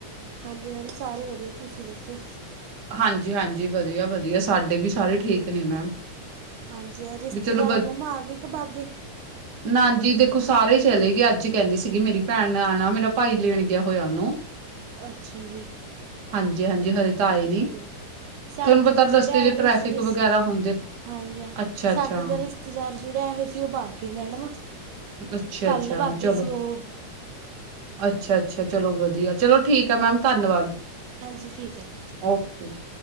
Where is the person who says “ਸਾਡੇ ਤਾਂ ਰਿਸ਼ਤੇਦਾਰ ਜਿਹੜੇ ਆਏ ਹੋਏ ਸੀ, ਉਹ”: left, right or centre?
Right